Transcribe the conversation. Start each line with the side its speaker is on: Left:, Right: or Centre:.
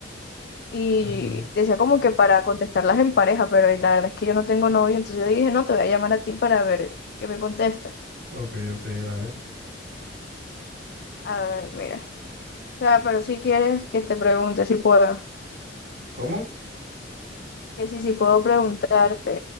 Left: y
Right: ajá.
Left: decía como que para contestarlas en pareja, pero la verdad es que yo no tengo novio, entonces yo dije, no, te voy a llamar a ti para ver qué me contestas.
Right: Ok, ok, vale.
Left: A ver, mira. O sea, pero si quieres que te pregunte si puedo.
Right: ¿Cómo?
Left: Que si, si puedo preguntarte.